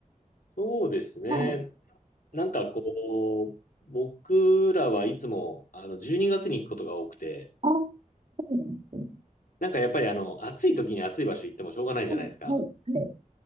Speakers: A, on the left; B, on the right.
A: そうですね。
B: はい。
A: なんかこう、僕らはいつもあの12月にがつに行くことが多くて、
B: あー、そうなんですね。
A: なんかやっぱりあの暑い時に暑い場所行ってもしょうがないじゃないですか。
B: はい、はい、は